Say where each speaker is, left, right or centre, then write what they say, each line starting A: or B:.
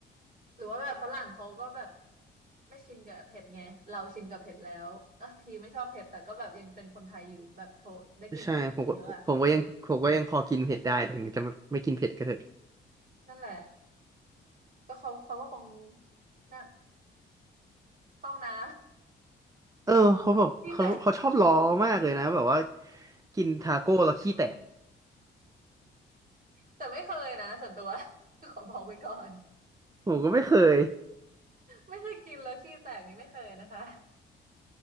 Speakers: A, on the right (about 45°); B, on the right (about 15°).
A: หรือว่าแบบฝรั่งเขาก็แบบไม่ชินกับเผ็ดไงเราชินกับเผ็ดแล้วอ่ะพี่ไม่ชอบเผ็ดแต่ก็แบบยังเป็นคนไทยอยู่แบบโทษได้กินของเยอะอ่ะเออ
B: ใช่ผมก็ผมก็ยังผมก็ยังพอกินเผ็ดได้ถึงจะไม่ไม่กินเผ็ดก็เถอะ
A: นั่นแหละก็เขาเขาก็คงน่ะเข้าห้องน้
B: เออเขาแบบเขาเขาชอบล้อมากเลยนะแบบว่า
A: ำ <laughs> พี่แต่
B: กินทาโก้แล้วขี้แตก
A: แต่ไม่เคยนะส่วนตัว <laughs> ขอบอกไว้ก่อน
B: ผมก็ไม่เคย
A: ไม่เคยกินแล้วขี้แตกนี้ไม่เคยนะคะ